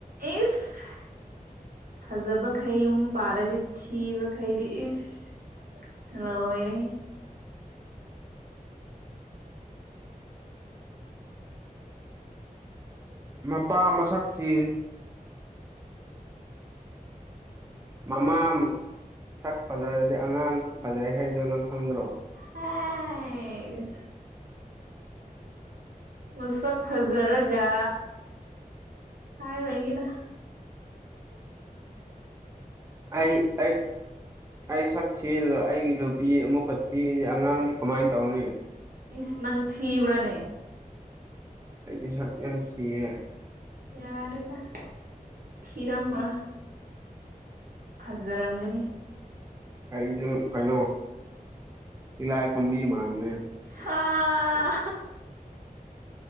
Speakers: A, on the right; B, on the right.
A: ꯏꯁ ꯐꯖꯕꯈꯩ ꯌꯨꯝ ꯄꯥꯔꯗꯤ ꯊꯤꯕꯈꯩꯗꯤ ꯏꯁ ꯍꯜꯂꯣ ꯑꯣꯏꯔ
B: ꯃꯄꯥ ꯃꯁꯛ ꯊ ꯃꯃꯥꯛ ꯁꯛ ꯐꯖꯔꯗꯤ ꯑꯉꯥꯡꯁꯨ ꯐꯖꯩ ꯍꯥꯏꯩꯗꯣ ꯅꯪ ꯈꯪꯗ꯭ꯔꯣ
A: ꯑ ꯃꯁꯛ ꯐꯖꯔꯒ ꯍꯥꯏꯔꯣꯏꯒꯦꯗ
B: ꯑꯩ ꯑꯩ ꯑꯩ ꯁꯛ ꯊꯤꯔꯒ ꯑꯩꯒꯤ ꯅꯨꯄꯤ ꯑꯃꯨꯛꯀ ꯊꯤꯔꯤꯗꯤ ꯑꯉꯥꯡꯅꯤ ꯀꯃꯥꯏꯅ ꯇꯧꯅꯤ
A: ꯏꯁ ꯅꯪ ꯊꯤꯕ꯭ꯔꯅꯦ
B: ꯑꯩꯗꯤ ꯁꯛ ꯌꯥꯝ ꯊꯤꯌꯦꯦ
A: ꯌꯥꯔꯦꯗ ꯊꯤꯔ ꯑꯃ ꯐꯖꯔꯝꯒꯅꯤ
B: ꯀꯗ ꯀꯩꯅꯣ ꯏꯂ ꯀꯕꯤ ꯃꯥꯥꯡꯅꯦ
A: ꯑꯥ